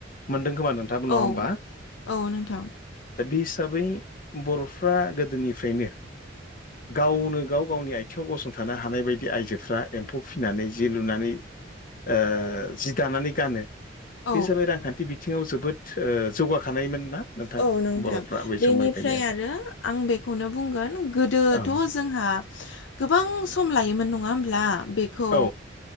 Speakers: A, on the left; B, on the left.
A: मोनदों। खोमा नोंथां नङा
B: औ
A: होनोमबा।
B: औ नोंथां
A: बि हिसाबै बर'फ्रा गोदोनिफ्रायनो। गावनो गाव गावनि आथिङाव गसंथानो हानाय बायदि आइजोफ्रा एम्फौ फिनानै जि लुनानै। ओ जि दानानै गानो।
B: औ
A: बे जाबाय रांखान्थि बिथिङाव जोबोद जौगाखानायमोन ना। नोंथां
B: औ नोंथां
A: बर'फ्रा बै
B: बेनिफ्राय
A: समनिफ्रायनो
B: आरो आं बेखौनो बुंगोन गोदोथ'
A: ओं
B: जोंहा। गोबां सम लायोमोन नङा होमब्ला बेखौ।
A: औ